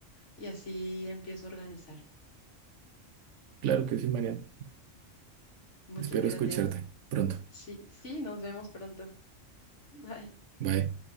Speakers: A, on the left; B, on the right.
A: y así empiezo a organizar.
B: Claro que sí, Mariana.
A: Muchas
B: Espero
A: gracias.
B: escucharte pronto.
A: Sí, sí, nos vemos pronto. <laughs> Bye.
B: Bye.